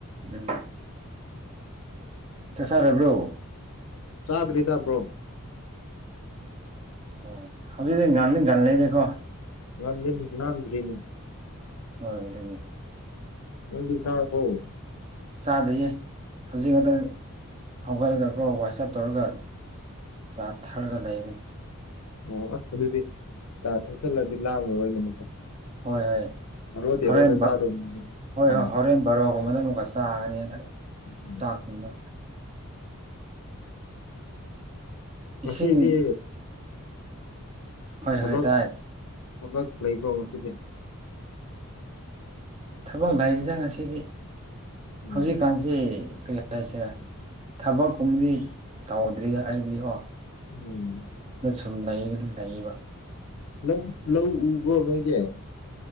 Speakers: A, on the right; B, on the left.
A: ꯎꯝ ꯆꯁꯔꯦꯕ꯭ꯔꯣ
B: ꯌꯥꯗꯔꯤꯗꯕ꯭ꯔꯣ
A: ꯑꯣ ꯍꯧꯖꯤꯛꯗꯤ ꯉꯥꯟꯅ ꯥꯟꯅꯅꯦꯦꯀꯣ
B: ꯉ ꯏꯜ ꯅꯔꯤ ꯏ
A: ꯍꯣꯏ ꯑꯗꯨꯃꯤ
B: ꯪꯗꯤ ꯁꯥꯠ ꯍ
A: ꯆꯥꯗꯌꯦ ꯍꯧꯖꯤꯛ ꯉꯛꯇꯪ ꯍꯧꯒꯠꯂꯒꯀꯣ ꯋꯥꯆꯞ ꯇꯧꯔꯒ ꯆꯥ ꯊꯔꯒ ꯂꯩꯃꯤ
B: ꯑꯣ ꯑꯁ ꯑꯗꯨꯗꯤ ꯆꯥ ꯊꯛꯆꯜꯂꯗꯤ ꯂꯥꯛꯂꯔꯣꯏꯅ ꯑꯃꯨꯛꯀ
A: ꯍꯣꯏ ꯍꯣꯏ
B: ꯕꯥꯔꯣ ꯇꯦꯔꯣꯗ
A: ꯍꯣꯔꯦꯟ
B: ꯆꯥꯗꯧꯅꯤ
A: ꯍꯣꯏ
B: ꯎꯝ
A: ꯍꯣꯏ ꯍꯣꯔꯦꯟ ꯕꯥꯔꯣꯒ ꯗ ꯑꯃꯨꯛꯀ ꯆꯥꯒꯅꯤ
B: ꯎꯝ
A: ꯆꯥꯛꯇꯗꯣ ꯏꯁꯤꯡ
B: ꯉꯁꯤꯗꯤ
A: ꯍꯣꯏ
B: ꯊꯕꯛ
A: ꯍꯣꯏ ꯇꯥꯏ
B: ꯊꯕꯛ ꯂꯩꯕꯧ ꯉꯁꯤꯗꯤ
A: ꯊꯕꯛ ꯂꯏꯁꯤꯗ ꯉꯁꯤꯗꯤ
B: ꯎꯝ
A: ꯍꯧꯖꯤꯛꯀꯥꯟꯁꯤ ꯁꯔꯦ ꯊꯕꯛꯀꯨꯝꯕꯗꯤ ꯇꯧꯗ꯭ꯔꯤꯗ ꯑꯩꯗꯤ ꯑꯣ
B: ꯎꯝ
A: ꯁꯨꯝ ꯂꯩꯕ
B: ꯂꯧ ꯂꯧ ꯎꯕ꯭ꯔꯣ ꯅꯣꯏꯗꯤ